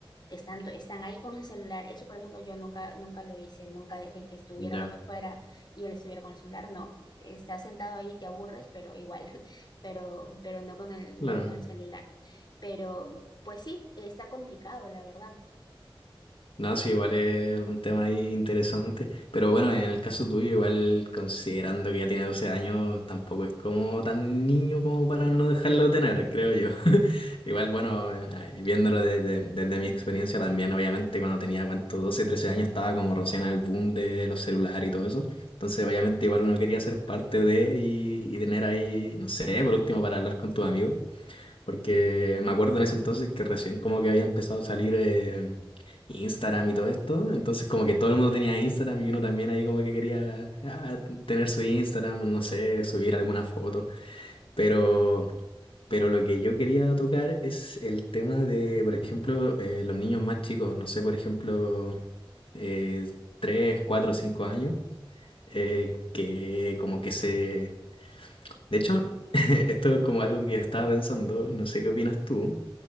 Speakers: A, on the left; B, on the left.
A: están, to- están ahí con el celular. Eso, por ejemplo, yo nunca, nunca lo hice, nunca dejé que estuviéramos
B: Ya,
A: afuera y él estuviera con el celular. No, estás sentado ahí, te aburres, pero igual, <laughs> pero, pero no con el,
B: claro.
A: no con el celular. Pero pues sí, está complicado, la verdad.
B: No, sí, igual es un tema ahí interesante, pero bueno, en el caso tuyo, igual considerando que ya tiene 12 años, tampoco es como tan niño como para no dejarlo tener, creo yo. <laughs> Igual, bueno, eh, viéndolo desde, desde
A: <laughs>
B: mi experiencia también, obviamente cuando tenía, ¿cuánto? doce trece años estaba como recién en el boom de los celulares y todo eso. Entonces, obviamente igual uno quería ser parte de y, y tener ahí, no sé, por último, para hablar con tus amigos. Porque me acuerdo en ese entonces que recién como que había empezado a salir eh, Instagram y todo esto. Entonces como que todo el mundo tenía Instagram y uno también ahí como que quería ah, tener su Instagram, no sé, subir alguna foto. Pero, pero lo que yo quería tocar es el tema de, por ejemplo, eh, los niños más chicos. No sé, por ejemplo, eh, 3, 4, 5 años. eh, que como que se... De hecho, <laughs> esto es como algo que yo estaba pensando. No sé qué opinas tú